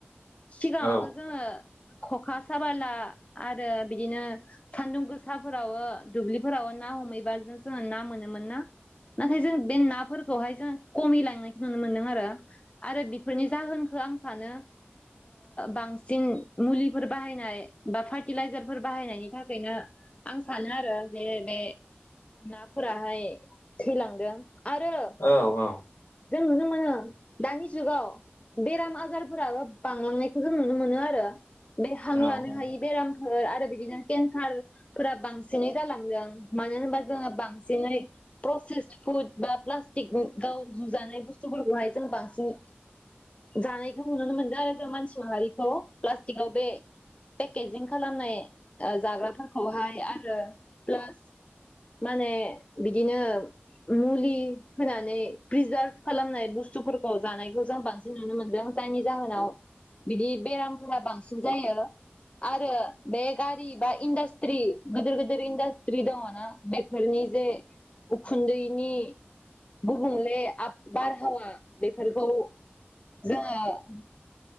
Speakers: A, on the left; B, on the left.
A: सिगाङावथ'
B: औ
A: जोङो खखा साबाला आरो बिदिनो सान्दुं गोसाफोरावो दुब्लिफोराव ना हमहैबा जों जोङो ना मोनोमोन ना नाथाय जों बे नाफोरखौहाय जों खमि लांनाय खौ नुनो मोनदों आरो आरो बेफोरनि जाहोनखो आं सानो बांसिन मुलिफोर बाहायनाय बा फार्टिलाइजारफोर बाहायनायनि थाखायनो आं सानो आरो जे बे नाफोराहाय थैलांदों। आरो
B: औ औ।
A: जों नुनो मोनो दानि जुगाव बेराम आजार फोराबो बांलांनायखौ जों नुनो मोनो आरो। बे हां
B: औ
A: लानो हायि बेरामफोर आरो बिदिनो केन्सार फोरा बांसिनै जालांदों मानो होनबा जोङो बांसिनै प्रसेस फुद बा प्लास्टिक गाव जुजानाय बुस्थुफोरखौहाय जों बांसिन जानाय खौ नुनो मोन्दों। जों मानसि माहारिखौ प्लासटिकआव बे पेकेजिं खालामनाय ओ जाग्राफोरखौहाय आरो प्लास माने बिदिनो मुलि होनानै प्रिजार्भ खालामनाय बुस्थुफोरखौ जानायखौ जों बांसिन नुनो मोनदों जायनि जाहोनाव बिदि बेरामफोरा बांसिन जायो। आरो बे गारि बा इन्डास्ट्रि गोदोर गोदोथ इन्डास्ट्रि दङना? बेफोरनि जे उखुन्दैनि गुबुंले आब बारहावा बेफोरखौ जोङो ।